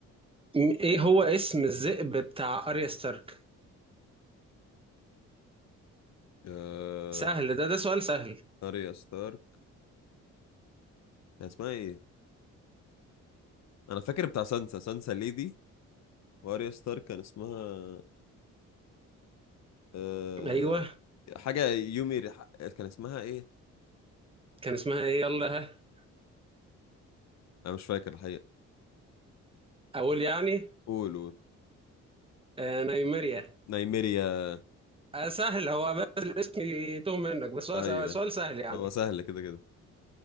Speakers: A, on the right; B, on the left.
A: م- ايه هو اسم الذئب بتاع اريا ستارك
B: آه...
A: سهل ده ده سؤال سهل
B: اريا ستار كان اسمها ايه انا فاكر بتاع سانسا سانسا ليدي واريا ستار كان اسمها آه...
A: ايوه
B: حاجه يومي رح... كان اسمها ايه
A: كان اسمها ايه يلا ها
B: انا مش فاكر الحقيقه
A: اقول يعني
B: قول قول
A: آه نايميريا
B: نايميريا
A: آه سهل هو بس الاسم يتوه منك بس هو
B: ايوه
A: س- سؤال سهل يعني
B: هو سهل كده كده